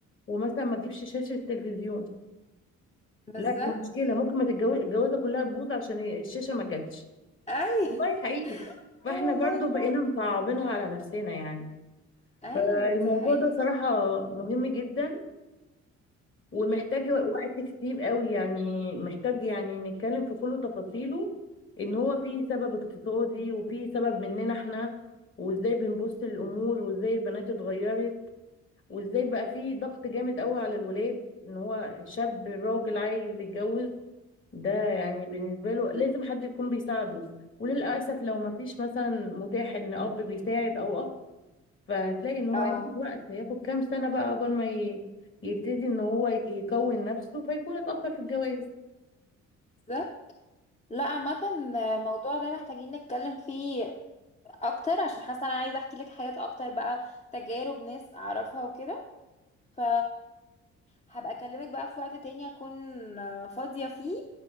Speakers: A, on the left; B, on the left.
A: ومثلا ما تجيبش شاشه تلفزيون
B: بالظبط
A: لا دي مشكله ممكن ما تتجوز الجوازه كلها تبوظ عشان الشاشه ما جاتش
B: ايوه
A: والله حقيقي
B: <laughs>
A: فاحنا
B: آه والله
A: برضو بقينا
B: فعلا
A: مصعبينها على نفسنا يعني
B: ايوه
A: فالموضوع
B: دي حقيقة
A: ده صراحه مهم جدا ومحتاج وقت كتير قوي يعني محتاج يعني نتكلم في كل تفاصيله ان هو فيه سبب اقتصادي وفيه سبب مننا احنا وازاي بنبص للامور وازاي البنات اتغيرت وازاي بقى فيه ضغط جامد قوي على الولاد ان هو شاب راجل عايز يتجوز ده يعني بالنسبة له لازم حد يكون بيساعده وللأسف لو ما فيش مثلا متاح إن أب بيساعد أو أخ فهتلاقي إن هو
B: اه
A: هياخد وقت هياخد كام سنة بقى قبل ما ي- يبتدي إن هو يكون نفسه فيكون اتأخر في الجواز
B: بالظبط لا عامة الموضوع ده محتاجين نتكلم فيه اكتر عشان حاسة انا عايزة احكي لك حاجات اكتر بقى تجارب ناس اعرفها وكده ف هبقى اكلمك بقى في وقت تاني اكون فاضية فيه